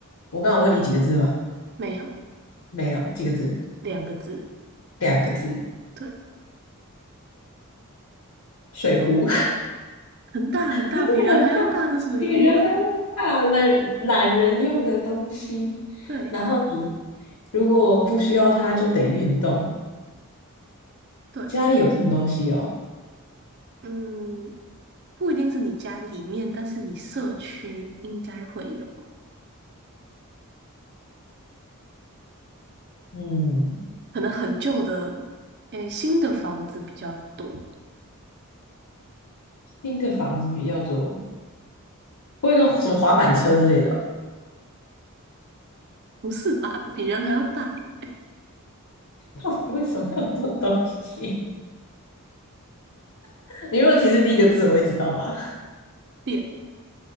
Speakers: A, on the left; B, on the right.
A: 我刚刚问你几个字吗？
B: 没有
A: 没有，几个字？
B: 两个字。
A: 两个字。
B: 对，
A: 水壶。
B: 很大很大，
A: 不对，
B: 比人还要大的水壶。
A: 很大，比人还要大，
B: <laughs>
A: 懒懒人用的东西。
B: 对
A: 然后你如果不需要它，就得运动。
B: 对，
A: 家里有这种东西哦，
B: 嗯，不一定是你家里面，但是你社区应该会有，
A: 嗯，
B: 可能很旧的，诶，新的房子比较多。
A: 新的房子比较多，不会跟什么滑板车之类的吧？
B: 不是吧？比人还要大一
A: 到底为什么会有这种东西？<laughs> 你如果提示第一个字，我会知道吗？
B: 点，